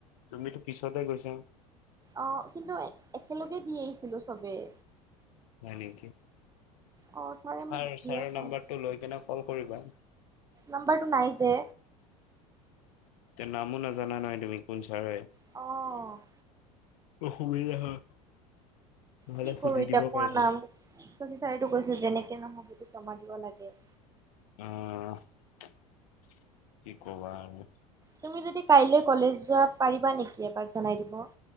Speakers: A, on the left; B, on the right.
A: তুমিতো পিছতে গৈছা।
B: অ'! কিন্তু, একেলগে দি আহিছিলোঁ চবেই।
A: হয় নেকি?
B: অ', ছাৰে
A: এবাৰ
B: মোক দিয়াই
A: ছাৰৰ
B: নাই,
A: নম্বৰটো লৈ কেনে ক'ল কৰিবা।
B: নাম্বাৰটো নাই যে।
A: তেওঁ নামো নাজানা নহয় তুমি কোন ছাৰ হয়?
B: অ'!
A: অসুবিধা হয়। নহ'লে
B: কি
A: সুধি
B: কৰোঁ এতিয়া
A: দিব
B: কোৱানা?
A: পাৰিলো
B: শশী ছাৰেটো কৈছিল যেনেক নহ'বতো জমা দিব লাগে।
A: অঁ! <unintelligible> কি ক'বা আৰু।
B: তুমি যদি কলেজ যোৱা কালৈ পাৰিবা নেকি এপাক জনাই দিব?